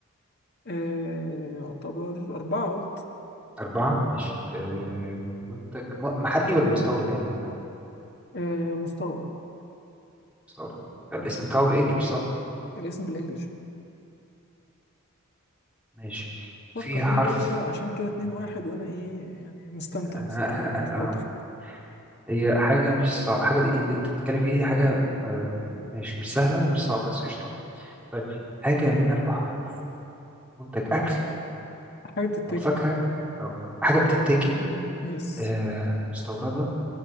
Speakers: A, on the left (about 50°); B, in the centre.
A: آه يعتبر أربعة قلت
B: أربعة ماشي آه منتج م- محلي ولا مستورد يعني ولا
A: آه مستورد
B: مستورد الاسم بتاعه بالإنجلش صح؟
A: الاسم بالإنجلش اه
B: ماشي
A: فكر
B: فيها
A: بقى
B: حرف
A: يا باشا عشان كده اتنين
B: آه,
A: واحد وأنا ايه يعني مستمتع
B: آه, آه,
A: بصراحة بإن
B: آه.
A: أنت تقعد
B: آه، آه.
A: تفكر
B: هي حاجة مش صعبة حاجة دي اللي أنت بتتكلم فيها دي حاجة آه ماشي مش سهلة ومش صعبة بس قشطة طيب حاجة من أربع حروف منتج أكل
A: حاجة بتتاكل
B: أو فاكهة أو حاجة بتتاكل
A: يس
B: آه مستوردة